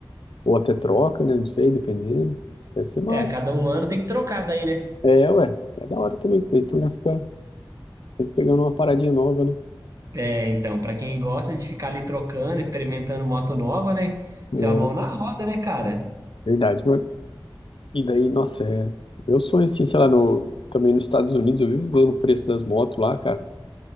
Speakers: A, on the left; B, on the right.
A: Ou até troca, né? Não sei, dependendo. Deve ser massa.
B: É, a cada um ano tem que trocar daí, né?
A: É, ué. É da hora também, porque daí tu já fica sempre pegando uma paradinha nova, né?
B: É, então, para quem gosta de ficar ali trocando, experimentando moto nova, né?
A: É,
B: Isso é a mão na roda, né, cara?
A: verdade. Mas- E daí, nossa, é. Meu sonho, assim, sei lá, no, também nos Estados Unidos, eu vivo vendo o preço das motos lá, cara.